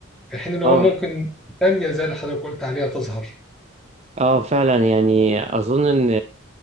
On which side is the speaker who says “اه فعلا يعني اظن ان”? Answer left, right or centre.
Right